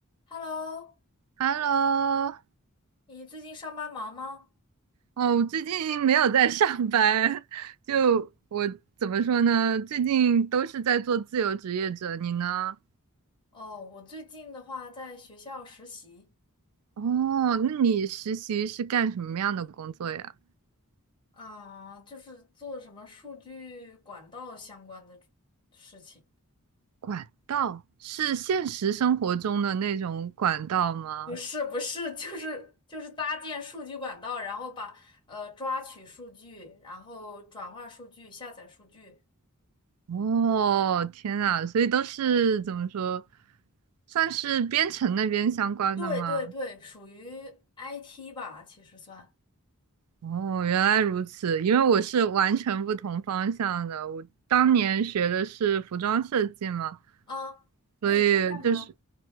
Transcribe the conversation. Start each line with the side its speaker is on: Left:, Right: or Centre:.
Left: Hello，
Right: Hello，
Left: 你最近上班忙吗？
Right: 哦，我最近没有在上班，<laughs> 就我怎么说呢？最近都是在做自由职业者，你呢？
Left: 哦，我最近的话在学校实习
Right: 哦，那你实习是干什么样的工作呀？
Left: 啊，就是做什么数据管道相关的事情。
Right: 管道，是现实生活中的那种管道吗？
Left: 不是不是，就是就是搭建数据管道，然后把呃抓取数据，然后转化数据、下载数据。
Right: 哦，天呐，所以都是怎么说，算是编程那边相关的吗？
Left: 对对对，属于 IT 吧，其实算
Right: 哦，原来如此，因为我是完全不同方向的。我当年学的是服装设计嘛，
Left: 啊。
Right: 所以就是，
Left: 那你现在呢？